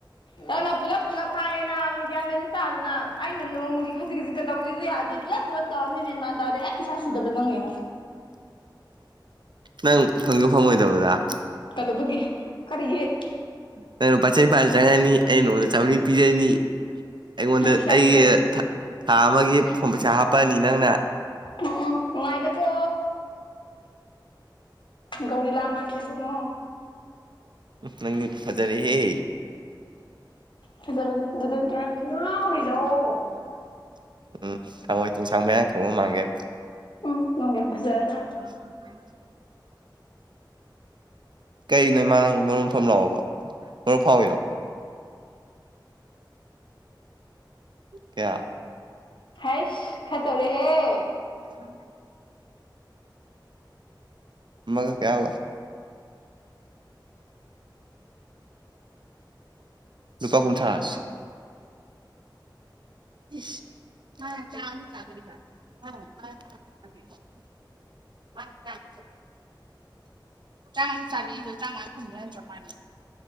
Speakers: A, on the left (about 80°); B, on the right (about 65°).
A: ꯅꯪꯅ ꯄꯨꯂꯞ ꯄꯨꯂꯞ ꯍꯥꯏꯌꯦ ꯅꯥꯕꯒꯤꯌꯥꯃꯦꯟꯁꯤ ꯇꯥꯗꯅ ꯑꯩꯅ ꯅꯣꯡꯃꯒꯤ ꯈꯖꯤꯛ ꯈꯖꯤꯛꯇ ꯇꯧꯗꯦꯁꯨ ꯌꯥꯗꯦ ꯄꯨꯂꯞ ꯄꯨꯂꯞ ꯇꯔꯝꯅꯤ ꯃꯦꯟ ꯃꯥꯟ ꯇꯥꯦ ꯑꯦ ꯄꯩꯁꯥ ꯁꯨꯗꯕ ꯅꯪꯉꯨ
B: ꯅꯪ ꯐꯪꯗ ꯐꯪꯉꯣꯏꯗꯕꯗ
A: ꯀꯩꯗꯧꯕꯒꯤ ꯀꯔꯤꯒꯤ
B: ꯅꯪ ꯂꯨꯄꯥ ꯆꯅꯤꯄꯥꯥꯟꯗ ꯆꯪꯉꯅꯤ ꯑꯩ ꯅꯉꯣꯟꯗ ꯆꯥꯝꯃꯔꯤ ꯄꯤꯖꯩꯅꯤ ꯑꯩꯉꯣꯟꯗ
A: ꯅꯥꯈꯤꯌꯥꯠꯇꯨꯗ
B: ꯑꯩꯒꯤ ꯊꯥ ꯑꯃꯒꯤ ꯐꯣꯟ ꯄꯩꯁꯥ ꯍꯥꯞꯄꯛꯑꯅꯤ ꯅꯪꯅ
A: ꯎꯝ ꯎꯝ ꯅꯨꯡꯉꯥꯏꯗꯀꯣ ꯒꯧꯔꯤ ꯂꯥ ꯃꯥꯟꯗ ꯉ
B: ꯅꯪ ꯐꯖꯔꯦ ꯍꯦ
A: ꯐꯖꯕꯅꯦ ꯑꯗꯨꯗꯤ ꯅꯪ ꯉꯥꯎꯎꯔꯤꯗꯑꯣ
B: <inaudible> <unintelligible> ꯎꯝ ꯊꯃꯣꯏ ꯊꯣꯡꯁꯥꯡ ꯃꯌꯥꯥꯡ ꯊꯣꯡꯕ ꯃꯥꯡꯒꯦ
A: ꯎꯝ ꯅꯪꯒ ꯍꯕꯖꯅ
B: <unintelligible> <inaudible> ꯀꯩꯩꯅꯣ ꯃꯥꯅꯪ ꯃꯔꯨꯝ ꯃꯐꯝ ꯂꯥꯛꯑꯣꯕ ꯃꯔꯨꯞ ꯐꯥꯎꯋꯕ ꯀꯌꯥ
A: ꯍꯩꯁ ꯈꯠꯇꯧꯔꯦꯍꯦ
B: <inaudible> <unintelligible> ꯃꯒ ꯀꯌꯥ ꯂꯨꯄꯥ ꯀꯨꯟꯊꯔꯥ <unintelligible> <unintelligible> ꯆꯥꯡ ꯆꯥꯔꯤꯗꯣ ꯆꯥꯡꯝꯃꯉꯥ ꯐꯪꯗ ꯅꯠꯇ꯭ꯔ ꯃꯥꯜꯅꯦ